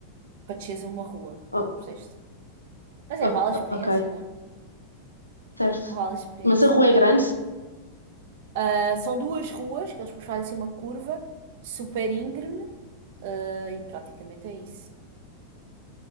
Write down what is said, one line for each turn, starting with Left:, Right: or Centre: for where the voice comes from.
Right: para desceres a uma rua,
Left: Oh,
Right: não sei se. Mas
Left: ok,
Right: é, vale a experiência,
Left: ok,
Right: né?
Left: certo.
Right: Vale a experiência.
Left: Mas a rua é grande?
Right: Ah, são duas ruas que eles fazem assim uma curva super íngreme Ah, e praticamente é isso.